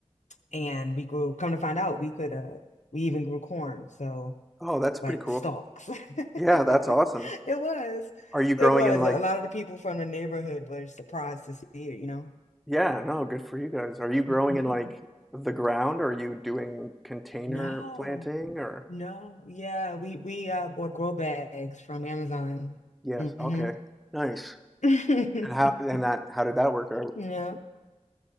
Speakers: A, on the left; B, in the centre.
A: and we grew, come to find out we could uh we even grew corn, so
B: Oh, that's
A: like
B: pretty cool.
A: stalks. <laughs>
B: Yeah, that's awesome.
A: It was.
B: Are you growing
A: It was.
B: in like,
A: A lot of the people from the neighborhood were surprised to see it, you know.
B: yeah, no, good for you guys. Are you growing
A: <laughs>
B: in like the ground? Or are you doing container
A: No,
B: planting or?
A: no, yeah, we we uh bought grow bags from Amazon.
B: Yes,
A: hmm
B: okay. Nice.
A: <laughs>
B: And how and that how did that work out?
A: Yeah.